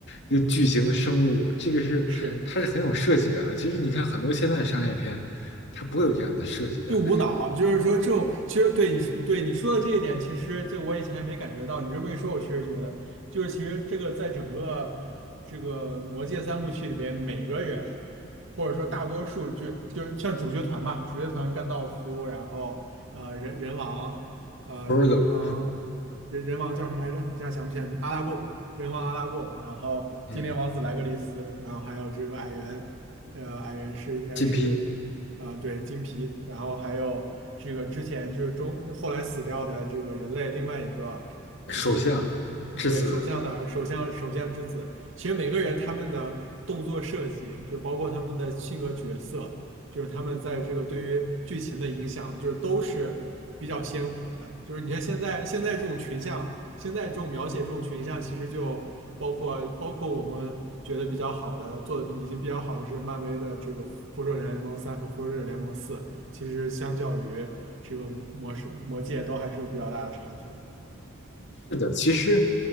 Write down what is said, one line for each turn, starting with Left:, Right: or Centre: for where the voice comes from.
Left: 一个巨型的生物，这个是它是很有设计感的。
Right: 是。
Left: 其实你看很多现在的商业片，它不会有这样的设计感。
Right: 就无脑，就是说这种，其实对你说，对你说的这一点，其实这我以前还没感觉到，你这么一说，我确实觉得，就是其实这个在整个这个魔戒三部曲里边，每个人或者说大多数就就像主角团吧，主角团甘道夫，然后呃人人王，呃人人王人人王叫什么来着？
Left: Frodo，
Right: 一下想不起来名，阿拉贡，人王阿拉贡，然后精灵王子莱格利斯，
Left: 嗯，
Right: 然后还有这个矮人，呃矮人是应该是。
Left: 金批
Right: 啊，对，金皮，然后还有这个之前就是中后来死掉的这个人类另外一个就是一对首相的首相首相之子，
Left: 首相之子
Right: 其实每个人他们的动作设计，就包括他们的性格角色，就是他们在这个对于剧情的影响，就是都是比较鲜活的。就是你看现在现在这种群像，现在这种描写这种群像，其实就包括包括我们觉得比较好的，做的比已经比较好的是漫威的这个《复仇者联盟三》和《复仇者联盟四》，其实相较于这个魔魔世魔界都还是有比较大的差距。
Left: 是的，其实